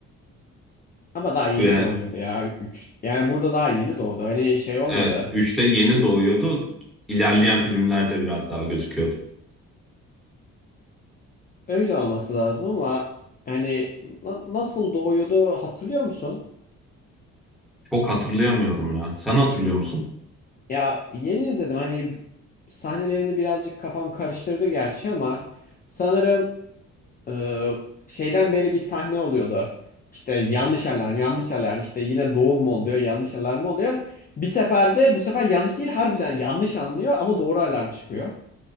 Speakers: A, on the left; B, in the centre.
A: Ama daha yeni
B: Ve
A: doğuyordu ya. üç yani burada daha yeni doğdu. Hani şey olmadı.
B: Evet, üçte yeni doğuyordu. İlerleyen filmlerde biraz daha gözüküyordu.
A: Öyle olması lazım ama hani na- nasıl doğuyordu hatırlıyor musun?
B: Çok hatırlayamıyorum ya. Sen hatırlıyor musun?
A: Ya yeni izledim. Hani sahnelerini birazcık kafam karıştırdı gerçi ama sanırım e, şeyden beri bir sahne oluyordu. İşte yanlış alarm, yanlış alarm. İşte yine doğum mu oluyor, yanlış alarm mı oluyor? Bir seferde bu sefer yanlış değil harbiden yanlış anlıyor ama doğru alarm çıkıyor.